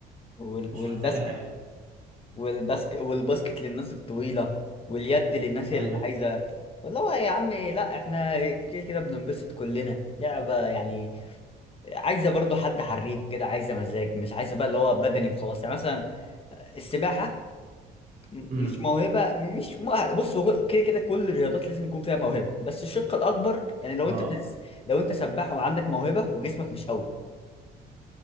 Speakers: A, on the left (about 35°); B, on the right (about 45°).
A: وال...
B: مش
A: والباسكت
B: محتاجة حاجة
A: والباسكت والباسكت للناس الطويله واليد للناس
B: أيوه
A: اللي عايزه والله يا عم لا احنا كده كده بننبسط كلنا لعبه يعني عايزه برضو حد حريف كده عايزه مزاج مش عايزه بقى اللي هو بدني وخلاص يعني مثلا السباحه م-
B: امم
A: مش موهبه مش مؤهله بص هو كل- كده كده كل الرياضات لازم يكون فيها موهبه بس الشق الاكبر يعني لو
B: اه
A: انت في الس- لو انت سباح وعندك موهبه وجسمك مش قوي